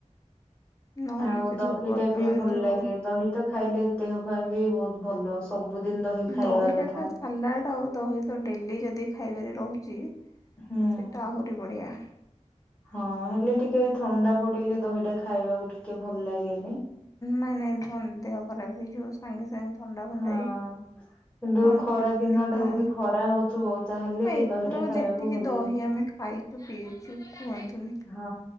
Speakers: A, on the left; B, in the centre.
A: ନହେଲେ
B: ଆଉ
A: ତ
B: ଦହିଟା
A: ଯୋଉ ବର୍ତ୍ତମାନ
B: ବି ଭଲ
A: ଯୋଉ
B: ଲାଗେ ଦହିତ ଖାଇଲେ ଦେହ ପାଇଁ ବି ବହୁତ ଭଲ। ସବୁଦିନ ଦହି ଖାଇବା
A: ଦହିଟା
B: କଥା
A: ତ ସାଲାଡ ଆଉ ଦହି ତ ଡେଲି ଯଦି ଖାଇବାରେ ରହୁଛି
B: ହୁଁ
A: ସେଟା ଆହୁରି ବଢିଆ।
B: ହଁ ହେଲେ ଟିକେ ଥଣ୍ଡା ପଡିଲେ ଦହିଟା ଖାଇବାକୁ ଟିକେ ଭଲ ଲାଗେନି।
A: ନାଇଁ ନାଇଁ ଦେହ ଖରାପ ହେଇଯିବ ସାଙ୍ଗେ ସାଙ୍ଗେ ଥଣ୍ଡା ଫଣ୍ଡା
B: ହଁ
A: ହେଇ
B: କିନ୍ତୁ
A: ତଣ୍ଟିି
B: ଖରା ଦିନ
A: ମାନେ
B: ଟା
A: ହଁ
B: ଯଦି ଖରା ହଉଥିବ ତାହେଲେ
A: ଏଥର
B: ଦହିଟା ଖାଇବାକୁ
A: ଯେତିକି
B: ଭଲ
A: ଦହି
B: ଲାଗେ
A: ଆମେ ଖାଇ ଛୁ ପିଇଛୁ କୁହନ୍ତୁନି।
B: ହଁ